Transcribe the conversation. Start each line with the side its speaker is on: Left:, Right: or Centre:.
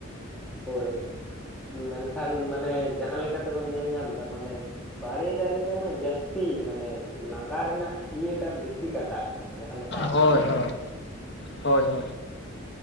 Centre: ᱦᱳᱭ᱾ ᱢᱮᱱᱠᱷᱟᱱ ᱢᱟᱱᱮ ᱡᱟᱦᱟᱸ ᱞᱮᱠᱟ ᱛᱮᱵᱚᱱ ᱧᱮᱞ ᱧᱟᱢ ᱮᱫᱟ ᱢᱟᱱᱮ ᱵᱟᱲᱮ ᱫᱟᱨᱮ ᱨᱮᱢᱟ ᱡᱟᱹᱥᱛᱤ ᱛᱤ ᱢᱟᱱᱮ ᱞᱟᱸᱜᱟ ᱨᱮᱱᱟᱜ ᱤᱭᱟᱹᱴᱟᱜ ᱵᱮᱥᱤ ᱠᱟᱴᱟᱜ ᱠᱟᱱᱟ ᱡᱟᱦᱟᱸ ᱞᱮᱠᱟ ᱟᱵᱚ
Left: ᱦᱳᱭ
Centre: ᱵᱚᱱ
Left: ᱦᱳᱭ
Centre: ᱧᱮᱞ ᱧᱟᱢ ᱫᱟ᱾
Left: ᱦᱳᱭ ᱦᱳᱭ᱾